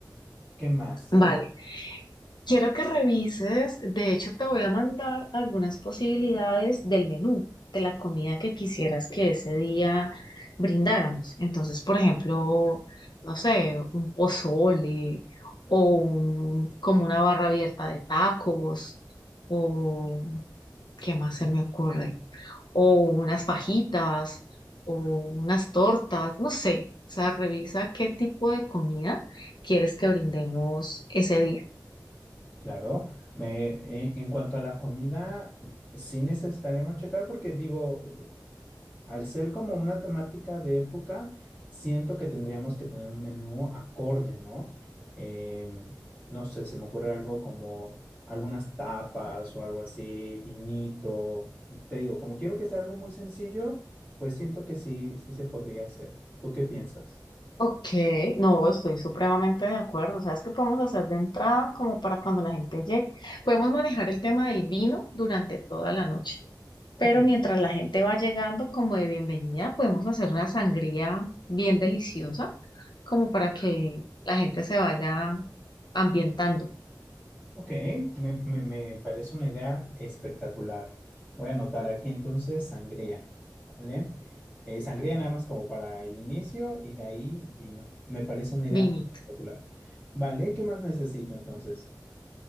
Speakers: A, on the left; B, on the left.
A: ¿qué más?
B: vale.
A: ¿Qué más?
B: Quiero que revises, de hecho te voy a mandar algunas posibilidades del menú, de la comida que quisieras que ese día brindáramos. Entonces, por ejemplo, no sé, un pozole o un- como una barra abierta de tacos o ¿qué más se me ocurre? O unas fajitas o unas tortas, no sé. O sea, revisa qué tipo de comida quieres que brindemos ese día.
A: Claro, me- en en cuanto a la comida, sí necesitaríamos checar porque digo, Al ser como una temática de época, siento que tendríamos que tener un menú acorde, ¿no? Em, no sé, se me ocurre algo como algunas tapas o algo así, vinito. Te digo, como quiero que sea algo muy sencillo, pues siento que sí, sí se podría hacer. ¿Tú qué piensas?
B: Ok, no, estoy supremamente de acuerdo. ¿Sabes qué podemos hacer de entrada como para cuando la gente llegue? Podemos manejar el tema del vino durante toda la noche,
A: Ok.
B: pero mientras la gente va llegando como de bienvenida, podemos hacer una sangría bien deliciosa como para que la gente se vaya ambientando.
A: Ok, me, me- me parece una idea espectacular. Voy a anotar aquí entonces sangría, ¿vale? Eh, sangría nada más como para el inicio y de ahí vino. Me parece una idea
B: Vinito.
A: espectacular. ¿Vale? ¿Qué más necesito entonces?